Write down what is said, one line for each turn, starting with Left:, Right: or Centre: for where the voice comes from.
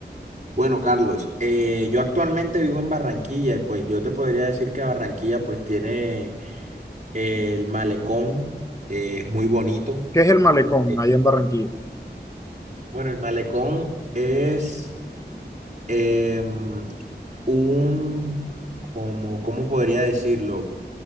Right: Bueno, Carlos, eh, yo actualmente vivo en Barranquilla y pues yo te podría decir que Barranquilla pues tiene el malecón, eh, es muy bonito.
Left: ¿Qué es el malecón
Right: Eh,
Left: allá en Barranquilla?
Right: Bueno, el malecón es... em, un, como, ¿cómo podría decirlo?